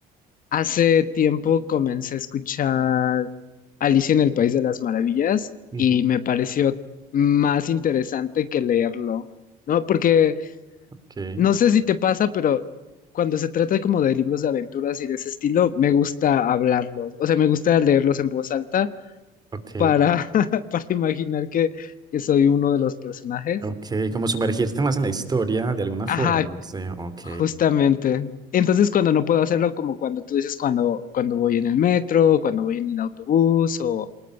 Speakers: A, on the left (about 55°); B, on the right (about 25°).
A: hace tiempo comencé a escuchar Alicia en el País de las Maravillas
B: Ujú.
A: y me pareció más interesante que leerlo, ¿no? Porque
B: Ok,
A: no sé si te pasa, pero cuando se trata como de libros de aventuras y de ese estilo, me gusta hablarlos. O sea, me gusta leerlos en voz alta
B: ok,
A: para, <laughs> para imaginar que, que soy uno de los personajes.
B: ok, como sumergirte más en la historia de alguna forma.
A: Ajá,
B: Sí, ok.
A: justamente. Entonces, cuando no puedo hacerlo, como cuando tú dices, cuando, cuando voy en el metro, cuando voy en el autobús o,